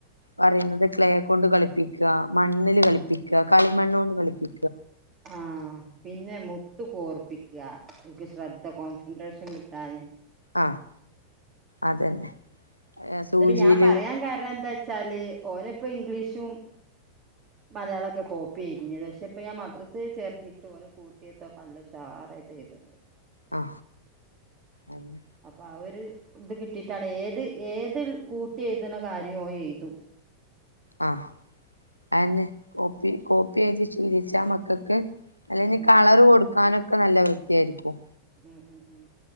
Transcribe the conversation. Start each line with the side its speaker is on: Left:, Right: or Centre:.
Left: പറയുന്നത് ക്ലേ കൊണ്ട് കളിപ്പിക്ക, മണ്ണില് കളിപ്പിക്ക, കളിമണ്ണ് കൊണ്ട് കളിപ്പി
Right: ആഹ് പിന്നെ മുത്ത് കോർപ്പിക്ക ഇവൽക്ക് ശ്രദ്ധ കോൺസെൻട്രേഷൻ കി ട്ടാന്
Left: ആഹ് അതന്നെ സൂചിയില്
Right: ഇതിപ്പോ ഞാൻ പറയാൻ കാരണം എന്ത ച്ചാല് ഓലെ ഇപ്പോ ഇംഗ്ലീഷും മലയാളം ഒക്കെ കോപ്പി എഴ്തീനിയത് പക്ഷെ ഇപ്പോ ഞാൻ മദ്രസ് ചേർത്തിട്ട് ഓനെ <unintelligible> ഇപ്പോ നല്ല ഉഷാറായിട്ട് എഴ്‌ത്ണ്ട്.
Left: ആ അന്നെ
Right: അപ്പ ആ ഒരു ത് കി കിട്ടിട്ടാണ് ഏത് ഏ തിൽ കൂട്ടി എഴുത്ണ കാര്യോം ഓൻ എഴുതും.
Left: ആഹ് അയെന്നെ കോപ്പി കോപ്പി എഴുതി ശീലിച്ച മക്കക്ക് അല്ലെങ്കി
Right: ഉം
Left: കളർ കൊടുക്കാനൊ ഒക്കെ നല്ല വൃത്തിയായിരിക്കും.
Right: ഉം ഉം ഉം